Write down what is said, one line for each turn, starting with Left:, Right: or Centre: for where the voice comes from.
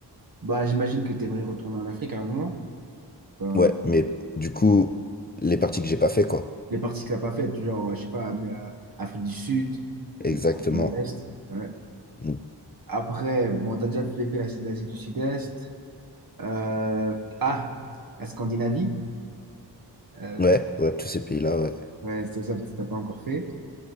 Right: bah, j'imagine que tu aimerais retourner en Afrique à un moment. Enfin,
Left: Ouais, mais du coup, les parties que j'ai pas fait, quoi.
Right: les parties que t'as pas faites, genre, je sais pas, mais, euh, Afrique du Sud
Left: Exactement.
Right: ou Afrique de l'Est. ouais.
Left: Mm.
Right: Après, bon, t'as déjà fait, fait la- l'Asie du Sud-Est. Euh, ah, la Scandinavie. Euh,
Left: Ouais, ouais, tous ces pays-là, ouais.
Right: ouais, ça, ça, t'as pas encore fait.